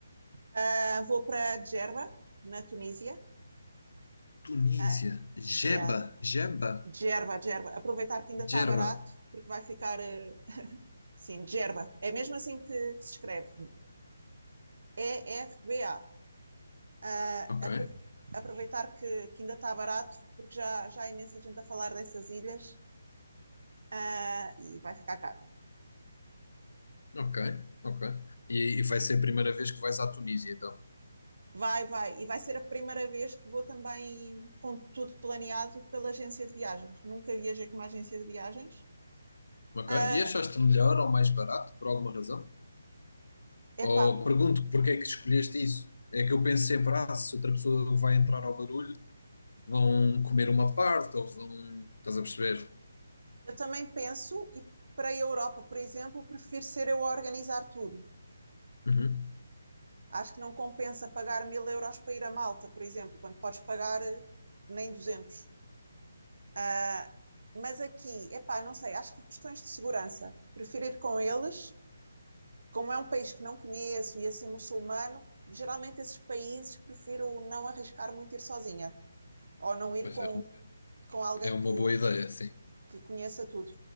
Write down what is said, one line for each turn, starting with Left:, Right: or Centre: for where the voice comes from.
Right: Ah, vou para Djerba, na Tunísia.
Left: Tunísia.
Right: Ah,
Left: Jeba,
Right: yeah.
Left: Jeba.
Right: Djerba, Djerba. Aproveitar que ainda está
Left: Gerba.
Right: barato, porque vai ficar. eh, Sim, Gerba. É mesmo assim que se escreve. D-J-E-R-B-A. Ah,
Left: Ok,
Right: apro- aproveitar que, que ainda está barato, porque já, já há imensa gente a falar dessas ilhas, ah, e vai ficar caro.
Left: ok, ok. E, e vai ser a primeira vez que vais à Tunísia, então.
Right: Vai, vai. E vai ser a primeira vez que vou também com tudo planeado pela agência de viagens. Nunca viajei com uma agência de viagens.
Left: Ok.
Right: é
Left: E achaste melhor ou mais barato, por alguma razão?
Right: epá,
Left: Ou pergunto porque é que escolheste isso? É que eu penso sempre, ah, se outra pessoa vai entrar ao barulho, vão comer uma parte ou vão. Estás a perceber?
Right: eu também penso, e para a Europa, por exemplo, prefiro ser eu a organizar tudo
Left: Uhum.
Right: Acho que não compensa pagar mil euros para ir a Malta, por exemplo, quando podes pagar eh, nem 200. Ah, mas aqui, epá, não sei, acho que questões de segurança. Prefiro ir com eles, como é um país que não conheço e é assim muçulmano, geralmente esses países prefiro não arriscar muito ir sozinha ou não ir
Left: Pois
Right: com,
Left: é, um-
Right: com alguém
Left: é uma
Right: que,
Left: boa ideia, sim.
Right: que conheça tudo.